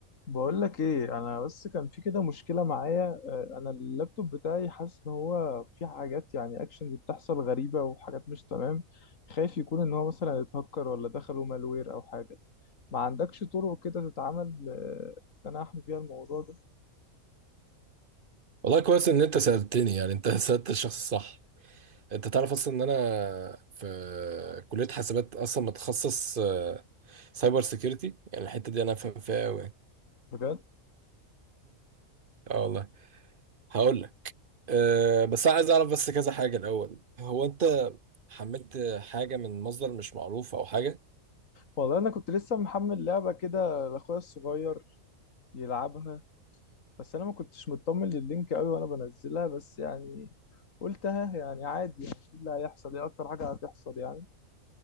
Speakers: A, on the left (about 70°); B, on the right (about 45°).
A: بقول لك ايه انا بس كان في كده مشكله معايا آه، انا اللابتوب بتاعي حاسس ان هو في حاجات يعني اكشنز بتحصل غريبه وحاجات مش تمام خايف يكون ان هو مثلا اتهكر ولا دخلوا مالوير او حاجه ما عندكش طرق كده تتعامل آه، ان انا احمي بيها الموضوع ده
B: والله كويس ان انت سألتني يعني انت <laughs> سألت الشخص الصح انت تعرف اصلا ان انا في كلية حاسبات اصلا متخصص آه، سايبر سيكيورتي يعني الحتة دي انا فاهم فيها قوي
A: بجد
B: اه والله هقول لك أه بس انا عايز اعرف بس كذا حاجة الاول هو انت حملت حاجة من مصدر مش معروف او حاجة
A: والله انا كنت لسه محمل لعبه كده لاخويا الصغير يلعبها بس انا ما كنتش مطمن لللينك قوي وانا بنزلها بس يعني قلتها يعني عادي يعني إيه اللي هيحصل ايه اكتر حاجه هتحصل يعني